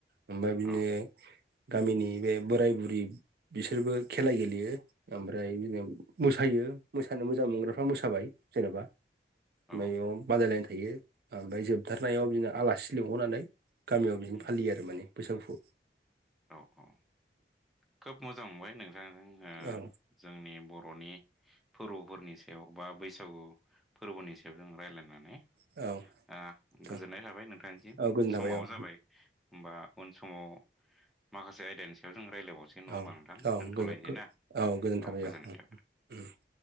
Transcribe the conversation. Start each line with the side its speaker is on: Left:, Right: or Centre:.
Right: ओमफ्राय बिदिनो
Centre: औ
Right: गामिनि बे बोराय बुरि बिसोरबो खेला गेलेयो ओमफ्राय बिदिनो मोसायो मोसानो मोजां मोनग्राफ्रा मोसाबाय जेन'बा ओमफ्राय
Centre: औ
Right: बेयाव बादायलायनाय थायो ओमफ्राय जोबथारनायाव बिदिनो आलासि लिंहरनानै गामियाव बिदिनो
Centre: उम
Right: फालियो आरो माने बैसागुखौ
Centre: औ औ खोब मोजां मोनबाय नोंथांजों ओ
Right: औ
Centre: जोंनि बर'नि फोरबोफोरनि सायाव बा बैसागु फोरबोनि सायाव जों रायलायनानै
Right: औ
Centre: ओ
Right: औ
Centre: गोजोननाय थाबाय नोंथांनिसिम
Right: औ गोजोन थाबाय
Centre: समाबो
Right: औ
Centre: जाबाय होमबा उन समाव माखासे आयदानि सायाव जों रायज्लायबावसै नङा
Right: उम
Centre: होमबा
Right: औ
Centre: नोंथां
Right: औ
Centre: दोनथ'लायनोसै
Right: गोजोन खौ
Centre: ना
Right: औ गोजोनथाबाय
Centre: गोजोननाय
Right: औ उम
Centre: थाबाय।
Right: उम <inaudible>